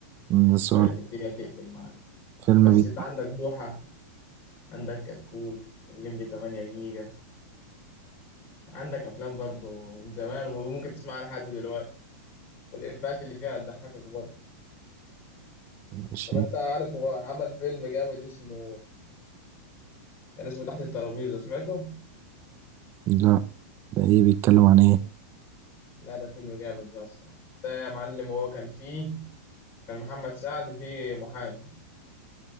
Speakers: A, on the right; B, on the left.
A: من السؤال
B: بدأت الدنيا تقفل معاه
A: فيلم
B: بس
A: بي
B: انت عندك بوحة عندك كتكوت الليمبي 8 جيجا عندك افلام برضه من زمان وممكن تسمعها لحد دلوقتي والافيهات اللي فيها هتضحكك برضه
A: ماشي
B: طب انت عارف هو عمل فيلم جامد اسمه كان اسمه تحت الترابيزة سمعته؟
A: لا ده ايه بيتكلم عن ايه
B: لا ده فيلم جامد بقى الصراحة ده يا معلم هو كان فيه كان محمد سعد فيه محامي